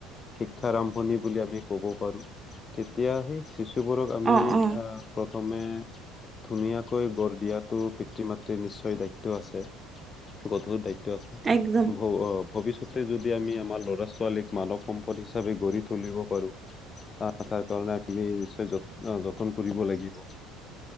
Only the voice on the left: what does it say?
শিক্ষা আৰম্ভণি বুলি আমি ক'ব পাৰো। তেতিয়া সেই শিশুবোৰক আমি
আহ প্ৰথমে, ধুনীয়াকৈ গঢ় দিয়াটো পিতৃ-মাতৃ ৰ নিশ্চয় দায়িত্ব আছে, গধুৰ দায়িত্ব আছে।
ভ ভৱিষ্যতে যদি আমি আমাৰ ল'ৰা-ছোৱালীক মানৱ সম্পদ হিচাপে গঢ়ি তুলিব পাৰোঁ তাৰ, তাৰ কাৰণে আমি নিশ্চয় য, যতন কৰিব লাগিব।